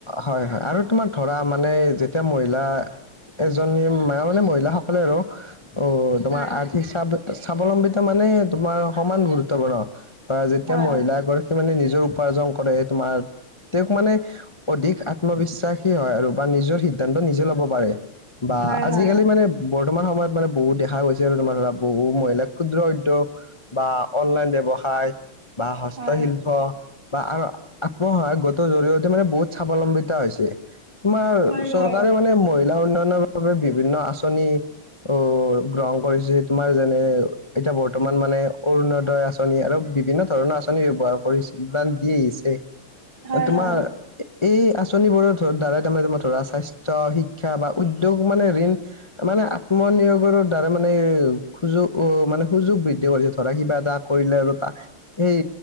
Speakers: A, on the left (about 45°); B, on the right (about 55°).
A: হয় হয় আৰু তোমাৰ ধৰা মানে যেতিয়া মহিলা এজনী মায় মানে মহিলাক হলে আৰু অ তোমাৰ
B: হয়
A: আৰ্থিক স্ব স্বাৱলম্বিতা মানে তোমাৰ সমান গুৰুত্বপূৰ্ণ যেতিয়া
B: হয়
A: মহিলা এগৰাকী মানে নি নি উপাৰ্জন কৰে তোমাৰ তেওঁক মানে অধিক আত্মবিশ্বাসী হয় আৰু বা নিজৰ সিদ্ধান্ত নিজে লব পাৰে বা
B: হয়
A: আজিকালি
B: হয়
A: মানে বৰ্তমান সময়ত মানে বহুত দেখা গৈছে আৰু তোমাৰ ধৰা বহু মহিলাই ক্ষুদ্ৰ উদ্যোগ বা অনলাইন ব্যৱসায় বা হস্তশিল্প
B: হয়
A: আৰু আত্মসহায়ক গোটেৰ জৰিয়তে মানে বহুত স্বাৱলম্বিতা হৈছে তোমাৰ
B: হয়
A: চৰকাৰে
B: হয়
A: মানে মহিলা উন্নয়নৰ বাবে বিভিন্ন আচনি অ গ্ৰহণ কৰিছো তোমাৰ যেনে এতিয়া বৰ্তমান মানে অৰুণোদয় আঁচনি আৰু বিভিন্ন ধৰণৰ আ নি ব্যৱহাৰ কৰিছে বা দি আহিছে
B: হয়
A: তোমাৰ
B: হয়
A: এই আঁচনিবোৰৰ দ্বাৰাই তাৰমানে ধৰা স্বাস্থ্য শিক্ষা বা উদ্যোগ মানে ঋণ মানে আত্মনিৰ্ভৰ তাৰে মানে এ সুযোগ অ মানে সুযোগ বৃদ্ধি কৰিছে। ধৰা কিবা এটা কৰিলে আৰু তাক সেই